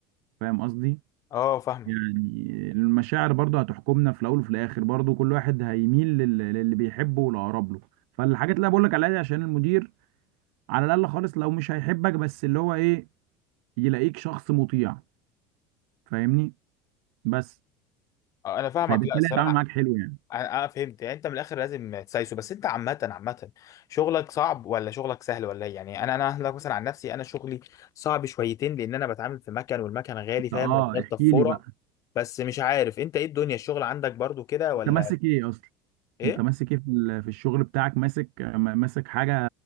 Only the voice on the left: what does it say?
اه فاهمة
اه انا فاهمك
لا الصراحة
اه آه، فهمت يعني انت من الاخر لازم تسايسه بس انت عامه عامه شغلك صعب ولا شغلك سهل ولا ايه يعني انا انا هقولك مثلا عن نفسي انا شغلي صعب شويتين لان انا بتعامل في مكن والمكن غالي فاهم
وبغلطه
في فوره
بس مش عارف انت ايه الدنيا الشغل عندك برضو كده ولا
ايه